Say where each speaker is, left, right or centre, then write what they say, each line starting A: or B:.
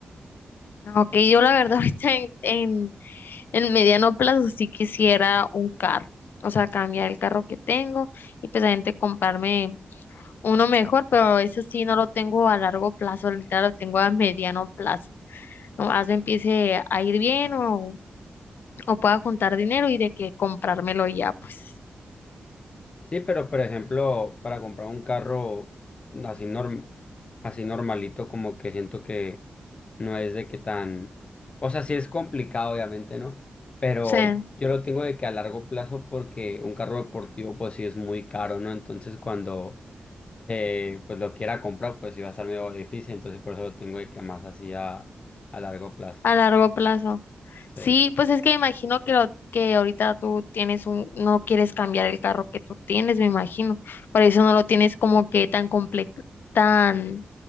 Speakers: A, on the left; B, on the left.
A: Aunque yo la verdad <laughs> ahorita en, en, en mediano plazo sí quisiera un carro, o sea, cambiar el carro que tengo y pues a gente comprarme uno mejor, pero eso sí no lo tengo a largo plazo, literal lo tengo a mediano plazo. Nomás me empiece a ir bien o, o pueda juntar dinero y de que comprármelo ya, pues,
B: Sí, pero por ejemplo, para comprar un carro así norm- así normalito, como que siento que no es de que tan, o sea, sí es complicado, obviamente, ¿no? Pero
A: o sea,
B: yo lo tengo de que a largo plazo, porque un carro deportivo, pues sí es muy caro, ¿no? Entonces cuando eh, pues lo quiera comprar, pues sí va a ser medio difícil, entonces por eso lo tengo de que más así a, a largo plazo.
A: a largo plazo.
B: Sí,
A: Sí, pues es que imagino que lo que ahorita tú tienes un, no quieres cambiar el carro que tú tienes, me imagino. Por eso no lo tienes como que tan comple tan